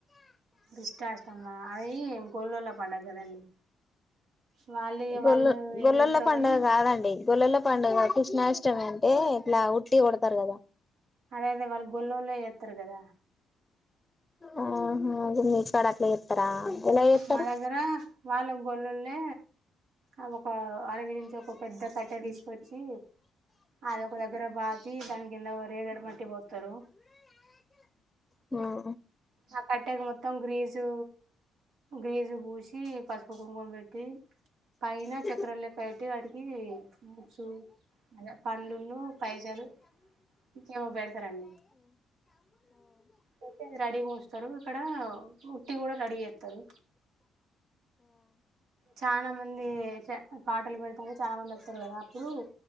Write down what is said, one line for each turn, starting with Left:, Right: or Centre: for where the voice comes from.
Right: బిష్టాష్టమా అది గోల్లోల్లో పండుగా కదండి వాళ్ళు
Left: గొల్
Right: వాళ్ళు ఏం
Left: గొల్లల
Right: చేస్తారో
Left: పండుగ
Right: కాని
Left: కాదండి గొల్లల పండుగ కష్ణాష్టం అంటే ఇట్లా ఉట్టి కొడతారు కదా
Right: అదే అదే వాళ్ళ గొల్లళ్ళ చేస్తారు కదా
Left: ఉహు సరే అట్లా చేస్తారా ఎలా చేస్తారు
Right: మా దగ్గర వాళ్ళ గొళ్ళలే అ ఒక అడవి నుంచి ఒక పెద్ద కట్టె తీసుకొచ్చి అదిఓక దగ్గర బాతి దాని కింద వ రేగడమట్టి పోతారు
Left: ఉ
Right: ఆ కట్టెక మొత్తం గ్రీజు గ్రిజు పూసి పసుపు కుంకుంమా పెట్టి పైన
Left: ఆ
Right: చక్రం లేక్క కాబట్టి వాటికి ఫూ చు అదే పండ్లున్న పైసాలు ఇంకేమో పెడతారండి అయిపొయింది రడీ ఎంస్తారు ఇక్కడ ఉట్టి కూడా రెడీ చేస్తారు చాలా మంది పాటలు పడతారుంట చాలా మంది వస్తారు కదా అప్పుడు